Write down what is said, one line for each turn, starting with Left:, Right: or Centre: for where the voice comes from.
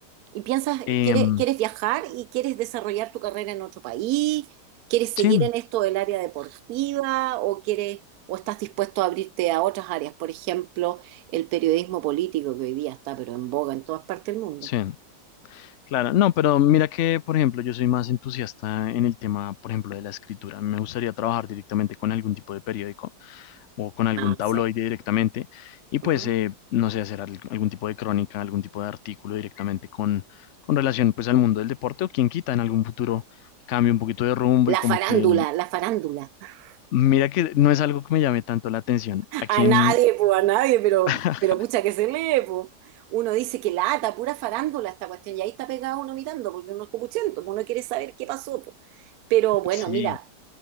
Right: ¿Y piensas,
Left: Em,
Right: quieres, quieres viajar y quieres desarrollar tu carrera en otro país? ¿Quieres seguir
Left: sí,
Right: en esto del área deportiva o quieres o estás dispuesto a abrirte a otras áreas? Por ejemplo, el periodismo político que hoy día está pero en boga en todas partes del mundo.
Left: sí. Claro, no, pero mira que, por ejemplo, yo soy más entusiasta en el tema, por ejemplo, de la escritura. Me gustaría trabajar directamente con algún tipo de periódico o con algún
Right: Ah,
Left: tabloide
Right: sí.
Left: directamente y pues,
Right: Ujú.
Left: eh, no sé, hacer al- algún tipo de crónica, algún tipo de artículo directamente con, con relación pues al mundo del deporte o quien quita en algún futuro cambie un poquito de rumbo
Right: La
Left: y como
Right: farándula,
Left: que,
Right: la farándula. <laughs>
Left: mira que no es algo que me llame tanto la atención.
Right: A
Left: ¿A quién?
Right: nadie, pues, a nadie, pero,
Left: <laughs>
Right: pero pucha que se lee, pues. Uno dice que lata, pura farándula esta cuestión, y ahí está pegado uno mirando, porque uno es copuchento, pues, uno quiere saber qué pasó, pues. Pero bueno,
Left: Sí,
Right: mira,